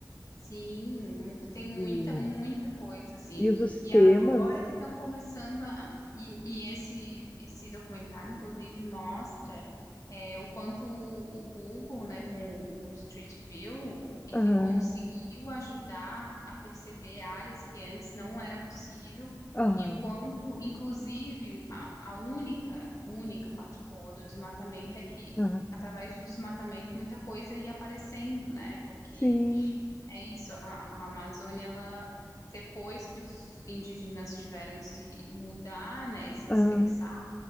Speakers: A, on the left; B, on the left.
A: Sim, mu- tem muita,
B: E,
A: muita coisa, assim.
B: e os sistemas.
A: E agora que estão começando a. E, e esse, esse documentário, inclusive, mostra é, o quanto o, o Google, né, com o Street View, ele
B: Aham,
A: conseguiu ajudar a perceber áreas que antes não era possível,
B: aham,
A: e o quanto, inclusive, a, a única, única parte boa do desmatamento é que,
B: aham.
A: através do desmatamento, muita coisa ia aparecendo, né? Porque
B: Sim,
A: é isso, a, a Amazônia, ela, depois que os indígenas tiveram que se mudar, né, e se
B: aham,
A: dispersar,